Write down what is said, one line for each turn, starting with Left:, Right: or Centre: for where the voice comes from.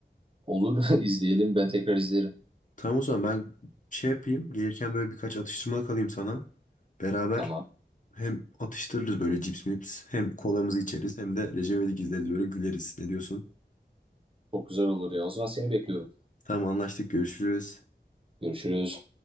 Right: Olur <laughs> izleyelim ben tekrar izlerim.
Left: Tamam o zaman ben şey yapayım. Gelirken böyle birkaç atıştırmalık alayım sana. Beraber
Right: Tamam.
Left: hem atıştırırız böyle cips mips. Hem kolamızı içeriz hem de Recep İvedik izleriz böyle güleriz. Ne diyorsun?
Right: Çok güzel olur ya. O zaman seni bekliyorum.
Left: Tamam anlaştık görüşürüz.
Right: Görüşürüz.